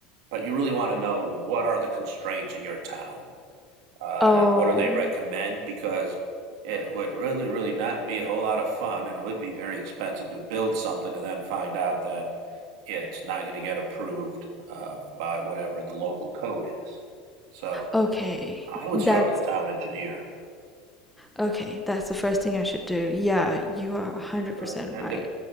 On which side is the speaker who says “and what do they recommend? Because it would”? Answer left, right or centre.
Right